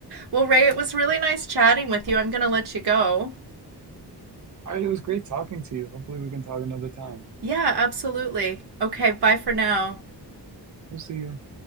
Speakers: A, on the right; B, on the right.
A: Well, Ray, it was really nice chatting with you. I'm gonna let you go.
B: All right, it was great talking to you. Hopefully we can talk another time.
A: Yeah, absolutely. Okay, bye for now.
B: We'll see you.